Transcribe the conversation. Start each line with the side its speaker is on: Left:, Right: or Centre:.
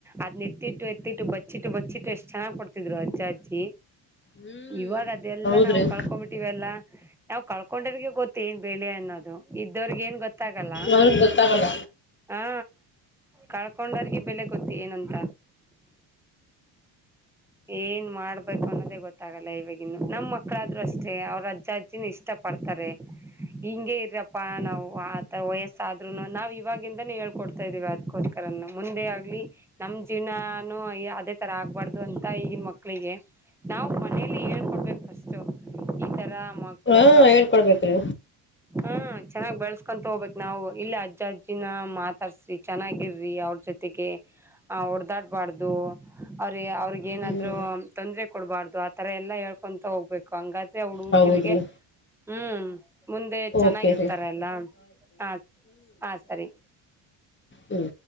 Centre: ಅದ್ನ ಎತ್ತಿಟ್ಟ ಎತ್ತಿಟ್ಟು ಬಚ್ಚಿಟ್ಟ ಬಚ್ಚಿಟ್ಟ ಎಷ್ಟು ಚೆನ್ನಗ್ಗ್ ಕೊಡ್ತ ತಿದ್ರು ಅಜ್ಜ ಅಜ್ಜಿ
Left: ಹ್ಮ್
Centre: ಇವಾಗ ಅದೆಲ್ಲಾ
Left: ಹೌದ್ರಿ
Centre: ನಾವು ಕಳ್ಕೊಂಡ್ಬಿಟ್ಟ ವಲ್ಲಾ ನಾವ ಕಳ್ಕೊಂಡರಿಗೆ ಗೊತ್ತ ಏನ್ ಬೆಳೆ ಅನ್ನೋದು ಇದ್ದವರ್ಗ ಏನ್ ಗೊತ್ತಾಗಲ್ಲ
Left: ಅವ್ರಿಗೆ ಗೊತ್ತಾಗಲ್ಲ
Centre: ಹಾ. ಕಳ್ಕೊಂಡರ್ಗೆ ಬೆಲೆ ಗೊತ್ತಿ ಏನಂತ. ಏನ್ ಮಾಡ್ಬೇಕು ಅನ್ನೋದೇ ಗೊತ್ತ ಗೊತ್ತಾಗಲ್ಲ ಇವವಾಗಿನ್ನು ನಮ್ ಮಕ್ಕಳಾದ್ರು ಅಷ್ಟೇ ಅವ್ರ ಅಜ್ಜ ಅಜ್ಜಿನ ಇಷ್ಟ ಪಡ್ತಾರೆ. ಹಿಂಗಗೆ ಇರಪ್ಪಾ ನಾವು ಆತರ ವಯಸ್ಸಾದ್ರುನು ನಾವ ಇವಾಗಿಂದಾನೇ ಹೇಳ್ಕೊಡ್ತಾ ಇದೀವಿ ಅದ್ಕೊ ನೂ ಮುಂದೆ ಆಗ್ಲಿ ನಮ್ ಜೀವನಾನು ಅದೇ ತರ ಆಗ್ಬಾರ್ದು ಅಂತ ಈಗಿನ ಮಕ್ಕಳಿಗೆ ನಾವು ಮನೇಲಿ ಹೇಳ್ಕೊಡ್ಬೇಕು ಫಸ್ಟೂ ಈ ತರ ಮ ಕ್ಳು
Left: ಹಾ ಹೇಳ್ಕೊಡ್ಬೇಕ್ರಿ
Centre: ಹ್ಮ ಚೆನ್ನಾಗ್ ಬೆಳಸ್ಕೊಂತ ಹೋಗ್ಬೇಕ್ ನಾವು ಇಲ್ಲ ಅಜ್ಜ ಅಜ್ಜಿನ ಮಾತಾಡ್ಸ್ರಿ ಚೆನ್ನಾಗಿರ್ರಿ ಅವ್ರ ಜೊತೆಗೆ ಆ ಹೊಡದಾಡ್ಬಾರ್ದು ಅವ್ರ ಅವ್ರ ಏನಾದ್ರು
Left: ಹ್ಮ್
Centre: ತೊಂದ್ರೆ ಕೊಡ್ಬಾರ್ದು ಆತರ ಎಲ್ಲ ಹೇಳ್ಕೊತ ಹೋಗ್ಬೇಕು ಹಂಗಾದ್ರೆ ಹುಡುಗ್ರಿಗೆ
Left: ಹೌದ್ರಿ
Centre: ಹ್ಮ್ ಮುಂದೆ ಚೆನ್ನಾಗಿರ್ತಾರೆ
Left: ಓಕೆ ರೀ
Centre: ಎಲ್ಲ ಹ ಹ ಸರಿ.
Left: ಹ್ಮ